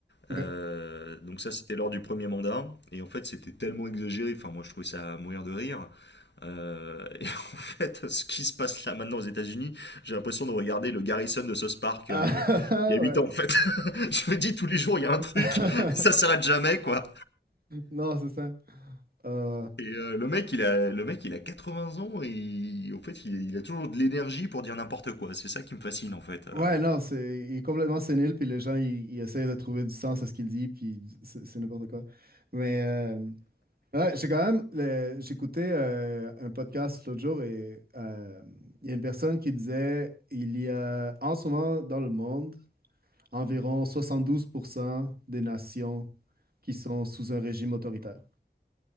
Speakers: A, on the left; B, on the right.
A: Euh,
B: OK.
A: donc ça c'était lors du premier mandat. Et en fait c'était tellement exagéré. Enfin moi je trouvais ça à mourir de rire. Euh, <laughs> et en fait, ce qui se passe là maintenant aux États-Unis, j'ai l'impression de regarder le Garrison de South Park
B: Ah,
A: euh,
B: <laughs>
A: il y a
B: ouais.
A: 8 ans en fait. <laughs> Je me dis tous les jours il y a un truc,
B: <laughs>
A: ça s'arrête jamais quoi.
B: Non, c'est ça. Euh,
A: Et euh, le mec il a le mec il a 80 ans et il- en fait il, il a toujours de l'énergie pour dire n'importe quoi. C'est ça qui me fascine en fait. euh.
B: ouais, non, c'est, il est complètement sénile, puis les gens, ils, ils essayent de trouver du sens à ce qu'il dit, puis c'est c'est n'importe quoi. Mais, euh, Ouais, j'ai quand même. le- J'écoutais euh, un podcast l'autre jour et euh, il y a une personne qui disait il y a en ce moment dans le monde environ soixante douze pour cent des nations qui sont sous un régime autoritaire.